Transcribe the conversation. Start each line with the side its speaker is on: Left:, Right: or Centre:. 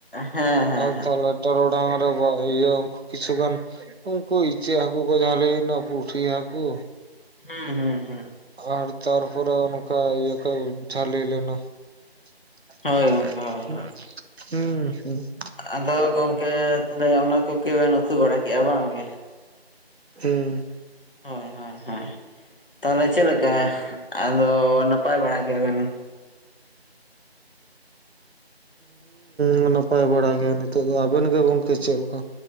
Left: ᱦᱮᱸ ᱦᱮᱸ
Right: ᱟᱨ
Left: ᱦᱮᱸ
Right: ᱛᱟᱦᱚᱞᱮ ᱴᱟᱨᱚ ᱰᱟᱝ ᱨᱮ ᱤᱭᱟᱹ ᱠᱤᱪᱩ ᱜᱟᱱ ᱩᱱᱠᱩ ᱤᱪᱟᱹᱜ ᱦᱟᱠᱩ ᱠᱚ ᱡᱷᱟᱞᱤ ᱮᱱᱟ ᱯᱩᱴᱷᱤ ᱦᱟᱠᱚ
Left: ᱦᱩᱸ ᱦᱩᱸ ᱦᱩᱸ
Right: ᱟᱨ ᱛᱟᱨ ᱯᱚᱨᱮ ᱚᱱᱠᱟ ᱤᱭᱟᱹ ᱠᱚ ᱡᱷᱟᱞᱤ ᱞᱮᱱᱟ᱾ <unintelligible>
Left: ᱦᱳᱭ ᱜᱚᱝᱠᱮ ᱦᱳᱭ ᱦᱳᱭ ᱟᱫᱚ ᱜᱚᱝᱠᱮ ᱛᱟᱦᱚᱞᱮ ᱚᱱᱟ ᱠᱚᱜᱮ ᱵᱮᱱ ᱩᱛᱩ ᱵᱟᱲᱟ ᱠᱮᱫᱮᱜᱼᱟ ᱵᱟᱝ ᱜᱮ?
Right: ᱦᱩᱸ
Left: ᱦᱳᱭ ᱦᱳᱭ ᱦᱳᱭ ᱛᱟᱦᱚᱞᱮ ᱪᱮᱫ ᱞᱮᱠᱟ ᱟᱫᱚ ᱱᱟᱯᱟᱭ ᱵᱟᱲᱟ ᱜᱮᱭᱟᱵᱮᱱ?
Right: ᱦᱩᱸ, ᱱᱟᱯᱟᱭ ᱵᱟᱲᱟ ᱜᱮ, ᱱᱤᱛᱚᱜ ᱫᱚ᱾ ᱟᱵᱮᱱ ᱜᱮ ᱜᱚᱝᱠᱮ ᱪᱮᱫ ᱞᱮᱠᱟ?